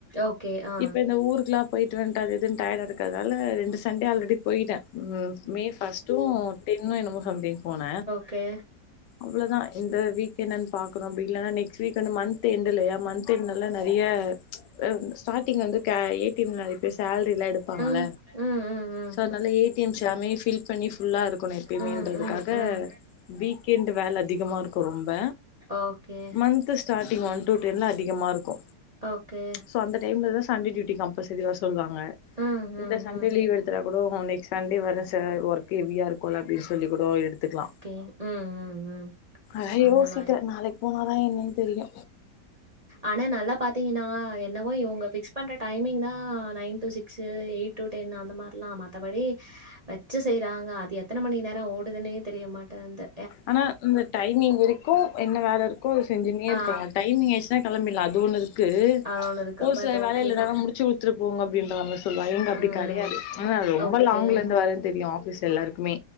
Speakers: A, on the right (about 30°); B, on the left (about 80°).
A: ஓகே ஆ
B: இப்ப இந்த ஊருக்குலா போய்ட்டு வந்ட்டு அது இதுன்னு டயர்டா இருக்கதால ரெண்டு சண்டே ஆல்ரெடி போய்டே ம் மே ஃபஸ்ட்டு என்னமோ சம்டைம்ஸ் போனே
A: கே
B: அவ்ளோதா இந்த வீக் என்னன் பாக்கணு அப்டி இல்லனா நெக்ஸ்ட் வீக் அந்த மந்த் என்டு இல்லையா மந்த் து நல்ல நெறைய அ ஸ்டார்டிங் வந்து க எ டி எம் ல அ சேலரிலா எடுப்பாங்கள
A: ம் ம் ம் ம்
B: சோ அதனால எ டி எம்ஸ் எல்லாமே ஃபில் பண்ணி ஃபுல்லா இருக்கணு எப்பயுமேன்றதுக்காக
A: ம் ம் ம் ம்
B: வீ க்கெண்டு வேல அதிகமா இருக்கு ரொம்ப
A: okay
B: month starting one two ten அதிகமா இருக்கு
A: ஓகே
B: சோ அந்த டைம்ல தா சண்டே டியூட்டி கம்ப்பல்சரி வர சொல்லுவாங்க
A: ம்
B: இந்த
A: ம்
B: சண்டே
A: ம்
B: லீவ் எடுத் தா கூட ஓ நெக்ஸ்ட் சண்டே வரேன் சார் ஒர்க்கு ஹெவியா இருக்குல அப்டின்னு சொல்லி கூட எடுத்துக்லா
A: கே ம் ம் ம்
B: ஐயோ
A: அந்த
B: சீக்கிர
A: மாரி
B: நாளைக்கு போனாதா என்னன் தெரியு
A: ஆனா நல்லா பாத்தீங்கனா என்னவோ இவ்ங்க ஃபிக்ஸ் பண்ற டைமிங் தா நைன் டூ சிக்ஸ் ஸு எயிட் டூ டென் அந்த மார்லா மத்தபடி வச்சு செய்றாங்க அது எத்தன மணி நேர ஓடுதுனே தெரியமாட்டேன்ந்து
B: ஆனா இந்த டைமிங் வரைக் கு என்ன வேல இருக்கோ அத செஞ்சுன்னே இருக்கோ
A: ஆ
B: டைமிங் ஆயிருச்சுனா கெளம்பிட்லா அது ஒன்னு இருக்கு
A: அது ஒண்ணு இருக்கு
B: ஒரு
A: பட்
B: சில வேல
A: ஓகே
B: இல்லனாலு
A: தா
B: முடிச்சு குடுத் விட்ரு போங்க அப்டின்றாங்க சொல்ல இவ்ங்க அப்டி
A: ம்
B: கெடையாது ஆனா ரொம்ப
A: ஓகே
B: லாங்ல இருந்து வரேன்னு தெரியு ஆஃபீஸ்ல எல்லாருக்கு மே